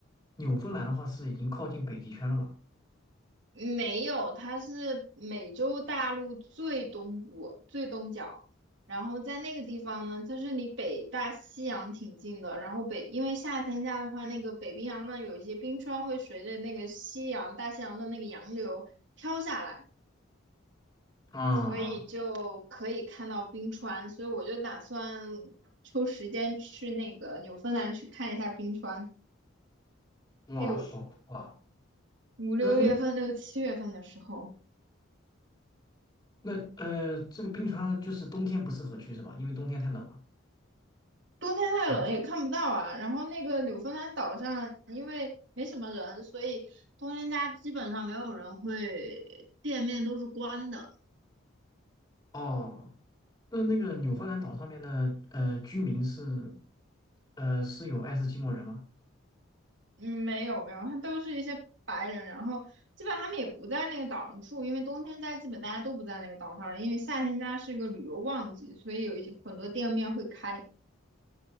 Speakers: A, on the left; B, on the right.
A: 纽芬兰的话是已经靠近北极圈了吧？
B: 没有，它是美洲大陆最东部、最东角。然后在那个地方呢，它是离北大西洋挺近的。然后北，因为夏天家的话，那个北冰洋呢，有一些冰川会随着那个西洋、大西洋的那个洋流飘下来。
A: 啊
B: 所以就可以看到冰川，所以我就打算抽时间去那个纽芬兰去看一下冰川。
A: 嗯，哇，
B: 六
A: 好酷啊！
B: 五六月份、
A: 嗯、那
B: 六七月份的时候，
A: 那呃，这个冰川就是冬天不适合去是吧？因为冬天太冷了。
B: 冬天太冷也看不到啊。
A: 然后是
B: 然后那个纽芬兰岛上，因为没什么人，所以冬天家基本上没有人会，店面都是关的。
A: 哦，那那个纽芬兰岛上面的呃居民是
B: 嗯
A: 呃是有爱斯基摩人吗？
B: 嗯，没有没有，他都是一些白人，然后基本他们也不在那个岛上住，因为冬天家基本大家都不在那个岛上了因为夏天家是一个旅游旺季，所以有一些很多店面会开。